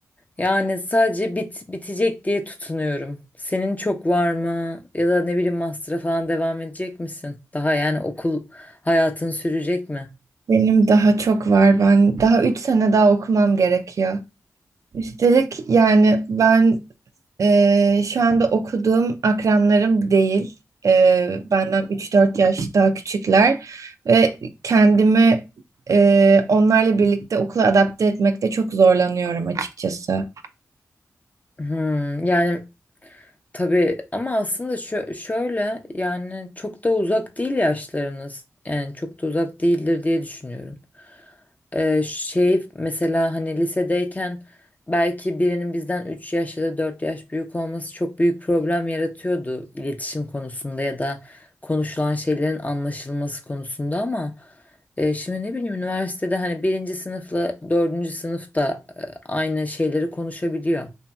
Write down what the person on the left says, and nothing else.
Yani sadece bit bitecek diye tutunuyorum. Senin çok var mı? Ya da ne bileyim master'a falan devam edecek misin? Daha yani okul hayatın sürecek mi?
Hmm, yani tabii ama aslında şö- şöyle yani çok da uzak değil yaşlarınız. Yani çok da uzak değildir diye düşünüyorum. Ee, şey mesela hani lisedeyken belki birinin bizden 3 yaş ya da 4 yaş büyük olması çok büyük problem yaratıyordu iletişim konusunda ya da konuşulan şeylerin anlaşılması konusunda ama e, şimdi ne bileyim üniversitede hani birinci sınıfla dördüncü sınıfta aynı şeyleri konuşabiliyor.